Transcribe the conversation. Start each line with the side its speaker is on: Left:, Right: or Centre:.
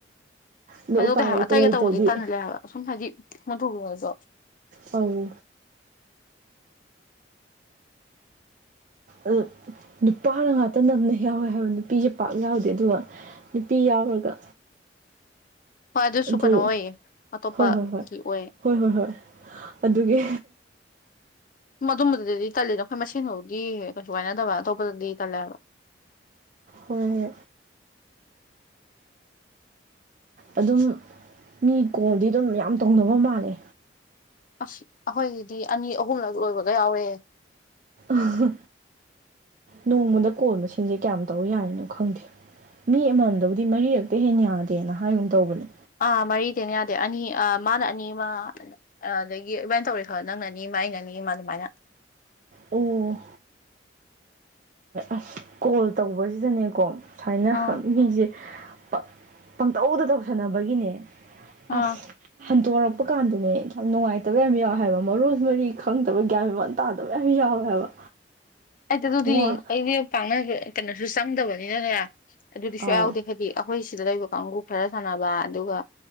Right: ꯑꯗꯣ
Left: ꯀꯩꯗꯧꯗꯦ
Right: ꯎꯄꯥꯏ
Left: ꯍꯥꯏꯕ
Right: ꯂꯩꯇ
Left: ꯑꯇꯩꯒ
Right: ꯂꯩꯇ꯭ꯔꯗꯤ
Left: ꯇꯧꯕꯗꯤ ꯇꯜꯂꯦ ꯍꯥꯏꯕ ꯑꯁꯨꯝ ꯍꯥꯏꯗꯤ ꯃꯗꯨ꯫ <unintelligible>
Right: ꯑꯥꯎ꯫ ꯑ ꯅꯨꯄꯥꯅ ꯉꯥꯛꯇ ꯅꯝꯅ ꯌꯥꯎꯋꯦ ꯍꯥꯏꯕ ꯅꯨꯄꯤꯁꯦ ꯄꯥꯛ ꯌꯥꯎꯗꯦ ꯑꯗꯨꯒ꯫ ꯅꯨꯄꯤ ꯌꯥꯎꯔꯒ꯫
Left: ꯍꯣꯏ ꯑꯗꯨꯁꯨ
Right: ꯑꯗꯨ
Left: ꯀꯩꯅꯣ ꯑꯣꯏꯌꯦ ꯑꯇꯣꯞꯄꯒꯤ
Right: ꯍꯣꯏ ꯍꯣꯏ ꯍꯣꯏ
Left: ꯑꯣꯏ꯫
Right: ꯍꯣꯏ ꯍꯣꯏ ꯍꯣꯏ ꯑꯗꯨꯒꯤ꯫
Left: ꯑꯗꯨꯝꯃꯗꯗꯤ ꯇꯜꯂꯤꯗ ꯑꯩꯈꯣꯏ ꯃꯁꯦꯟ ꯑꯣꯏꯕꯒꯤ ꯀꯩꯁꯨ ꯍꯥꯏꯅꯗꯕ ꯑꯇꯣꯞꯄꯗꯗꯤ ꯇꯜꯂꯦꯕ꯫
Right: ꯍꯣꯏ ꯍꯦ꯫ ꯑꯗꯨꯝ ꯃꯤ ꯀꯣꯜꯗꯤ ꯑꯗꯨꯝ ꯃꯌꯥꯝ ꯇꯧꯅꯕ ꯃꯥꯜꯂꯦ꯫
Left: ꯑꯁ ꯑꯩꯈꯣꯏꯒꯤꯗꯤ ꯑꯅꯤ ꯑꯍꯨꯝꯂꯛ ꯂꯣꯏꯕꯒ ꯌꯥꯎꯔꯦꯍꯦ꯫
Right: ꯑ-ꯍ ꯅꯣꯡꯃꯗ ꯀꯣꯜ ꯃꯁꯤꯡꯁꯦ ꯀꯌꯥꯝ ꯇꯧ ꯌꯥꯏꯅꯣ ꯈꯪꯗꯦ꯫ ꯃꯤ ꯑꯃꯃꯝꯗꯕꯨꯗꯤ ꯃꯔꯤꯔꯛꯇꯩ ꯍꯦꯟꯅ ꯌꯥꯗꯦꯅ ꯍꯥꯏꯒꯨꯝ ꯇꯧꯕꯅꯤ꯫
Left: ꯑꯥ ꯃꯔꯤꯗ ꯍꯦꯟꯅ ꯌꯥꯗꯦ ꯑꯅꯤ ꯑ ꯃꯥꯅ ꯑꯅꯤ ꯑꯃ꯫ ꯑ ꯑꯗꯒꯤ ꯏꯕꯥꯅꯤ ꯇꯧꯔꯦ ꯈꯜ ꯅꯪꯅ ꯑꯅꯤ ꯑꯃ ꯑꯩꯅ ꯑꯅꯤ ꯑꯃꯥ ꯑꯗꯨꯃꯥꯏꯅ꯫
Right: ꯑꯣ ꯑꯁ ꯀꯣꯜ ꯇꯧꯕꯁꯤꯗꯅꯦꯀꯣ ꯁꯨꯃꯥꯏꯅ
Left: ꯑꯥ
Right: ꯃꯤꯁꯦ꯫ ꯄ ꯄꯪꯇꯧꯗ ꯇꯧꯁꯟꯅꯕꯒꯤꯅꯦ
Left: ꯑꯥ
Right: ꯑꯁ꯫ ꯍꯟꯇꯣꯔꯛꯄ ꯀꯥꯟꯗꯅꯦ ꯌꯥꯝ ꯅꯨꯡꯉꯥꯏꯇꯕ ꯌꯥꯝ ꯌꯥꯎꯋꯦ ꯍꯥꯏꯕ ꯃꯔꯣꯟ ꯃꯔꯤ ꯈꯪꯗꯕ ꯒ꯭ꯌꯥꯟ꯫ <unintelligible> ꯇꯥꯗꯕ ꯌꯝ ꯌꯥꯎꯋꯦ ꯍꯥꯏꯕ꯫
Left: ꯑꯩꯗ ꯑꯗꯨꯗꯤ
Right: ꯋꯥ
Left: ꯑꯩꯗꯤ ꯄꯥꯛꯅ ꯀꯩꯅꯣꯁꯨ ꯆꯪꯗꯕꯅꯤꯅꯅꯦ ꯑꯗꯨꯗꯤ
Right: ꯑꯧ
Left: ꯁꯨꯌꯥꯎꯗꯦ ꯍꯥꯏꯗꯤ꯫ ꯑꯩꯈꯣꯏ ꯁꯤꯗ ꯂꯩꯕ ꯀꯥꯡꯕꯨ ꯈꯔ ꯁꯥꯟꯅꯕ ꯑꯗꯨꯒ꯫